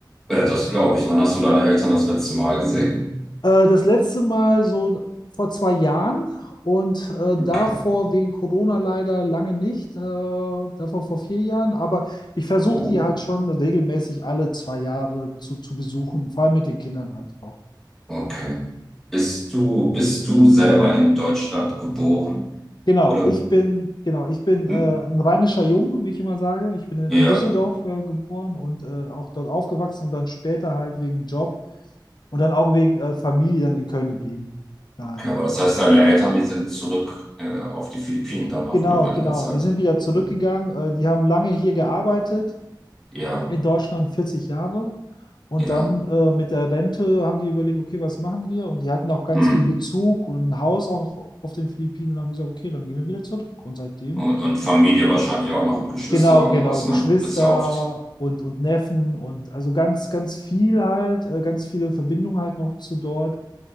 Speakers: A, in the centre; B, on the left.
A: Äh, das glaube ich. Wann hast du deine Eltern das letzte Mal gesehen?
B: Äh, das letzte Mal so vor zwei Jahren und äh, davor
A: Okay.
B: wegen Corona leider lange nicht, äh, davor vor vier Jahren, aber ich versuche
A: Oh,
B: die halt schon regelmäßig alle zwei Jahre zu, zu besuchen, vor allem mit den Kindern halt auch.
A: okay. Bist du, bist du selber in Deutschland geboren?
B: Genau,
A: Oder?
B: ich bin, genau, ich bin äh,
A: Hm.
B: ein rheinischer Jung, wie ich immer sage. Ich bin in,
A: Ja,
B: in Düsseldorf äh, geboren und äh, auch dort aufgewachsen und dann später halt wegen Job und dann auch wegen äh, Familie dann in Köln geblieben. Daher.
A: okay. Aber das heißt, deine Eltern, die sind zurück, äh, auf die Philippinen dann noch
B: Genau,
A: nach einiger
B: genau.
A: Zeit.
B: Die sind wieder zurückgegangen.
A: Hm.
B: Äh, die haben lange hier gearbeitet,
A: Ja,
B: in Deutschland 40 Jahre. Und
A: ja.
B: dann äh, mit der Rente haben die überlegt, okay, was machen wir? Und die hatten auch ganz
A: Hm.
B: viel Bezug und ein Haus auch auf den Philippinen und haben gesagt, okay, dann gehen wir wieder zurück. Und seitdem
A: Und, und Familie wahrscheinlich auch noch, Geschwister
B: Genau,
A: oder irgendwas,
B: genau, Geschwister
A: ne? Bist ja oft.
B: und, und Neffen und also ganz, ganz viel halt, äh, ganz viele Verbindungen halt noch zu dort.